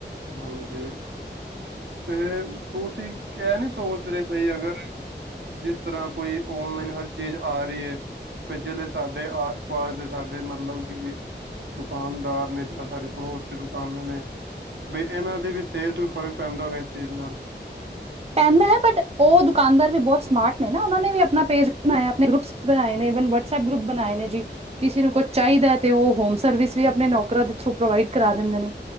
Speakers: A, on the right (about 75°); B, on the right (about 35°).
A: ਹਾਂ, ਮੈਂ ਤੇ ਤੁਸੀ ਕ ਨੀ ਸੋਚ ਰਹੇ ਪਏ ਅਗਰ ਜਿਸ ਤਰ੍ਹਾਂ ਕੋਈ ਔਨਲਾਈਨ ਹਰ ਚੀਜ਼ ਆ ਰਹੀ ਹੈ। ਪਿਛਲੇ ਸਾਡੇ ਆਸ -ਪਾਸ ਦੇ ਸਾਡੇ ਮਤਲਬ, ਕਿ ਦੁਕਾਨਦਾਰ ਨੇ ਸਾਡੇ ਪੜੋਸ ਚ' ਦੁਕਾਨਾਂ ਨੇ, ਬਈ ਇਹਨਾਂ ਦੀ ਵੀ ਸੇਲ ਚ' ਵੀ ਫ਼ਰਕ ਪੈਂਦਾ ਹੋਵੇ ਇਸ ਚੀਜ਼ ਨਾਲ।
B: ਪੈਂਦਾ ਹੈ‌ ਬਟ, ਉਹ ਦੁਕਾਨਦਾਰ ਵੀ ਬਹੁਤ ਸਮਾਰਟ ਨੇ ਨਾ, ਉਹਨਾਂ ਨੇ ਵੀ ਆਪਣਾ ਪੇਜ ਬਣਾਇਆ ਆਪਣੇ ਗਰੁੱਪ ਬਣਾਏ ਨੇ, ਵਨ ਵਟਸਐਪ ਗਰੁੱਪ ਬਣਾਏ ਨੇ ਜੀ। ਕਿਸੇ ਨੂੰ ਕੁਛ ਚਾਹੀਦਾ ਹੈ ਤੇ ਉਹ ਹੋਮ ਸਰਵਿਸ ਵੀ ਆਪਣੇ ਨੌਕਾਂ ਦੇ ਥਰੂ ਪ੍ਰੋਵਾਈਡ ਕਰਾ ਦਿੰਦੇ ਨੇ।